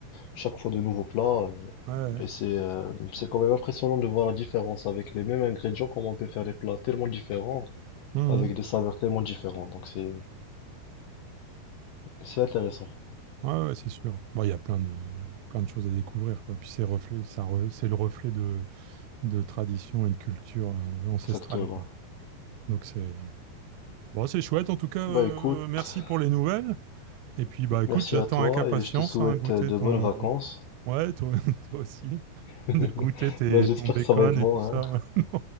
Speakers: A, on the left (about 75°); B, on the right (about 85°).
A: chaque fois de nouveaux plats. euh,
B: Ouais, ouais.
A: Et c'est, euh, c'est quand même impressionnant de voir la différence avec les mêmes ingrédients, comment on peut faire des plats tellement différents,
B: Mhm.
A: avec des saveurs tellement différentes. Donc, c'est, c'est intéressant.
B: Ouais, ouais, c'est sûr. Bon, il y a plein de plein de choses à découvrir, quoi. Puis c'est reflet, ça, re- c'est le reflet de de tradition et de culture euh, ancestrale,
A: Exactement.
B: quoi. Donc c'est Bon, c'est chouette en tout cas. euh,
A: Bah, écoute.
B: euh, merci pour les nouvelles. Et puis bah écoute,
A: Merci
B: j'attends
A: à toi
B: avec impatience
A: et je te souhaite
B: hein, goûter
A: euh, de
B: ton.
A: bonnes vacances.
B: Ouais, toi, <laughs> toi aussi,
A: <laughs>
B: de goûter tes-
A: Bah, j'espère
B: ton bacon
A: que ça va être bon,
B: et tout ça.
A: hein.
B: <laughs>